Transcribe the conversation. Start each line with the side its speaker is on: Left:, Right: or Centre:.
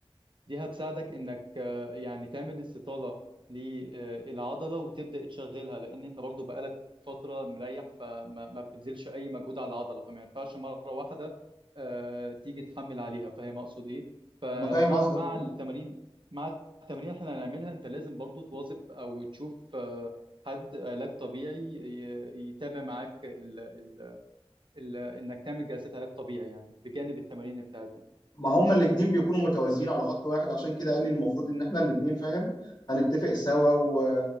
Right: دي هتساعدك انك آه، يعني تعمل استطالة للعضلة وتبدأ تشغلها لان انت برضو بقالك فترة مريح فما ما بتبذلش اي مجهود على العضلة فما ينفعش مرة واحدة آه، تيجي تحمل عليها فاهم اقصد ايه فمع
Left: انا فاهم قصدك
Right: مع التمارين مع التمارين اللي احنا هنعملها انت لازم برضو تواظب او تشوف آه، حد علاج طبيعي ي- يتابع معاك ال ال ال انك تعمل جلسات علاج طبيعي يعني بجانب التمارين بتاعتنا
Left: ما هما الاتنين بيكونوا متوازيين على خط واحد عشان كده قال لي المفروض ان احنا الاتنين فاهم هنتفق سوا و...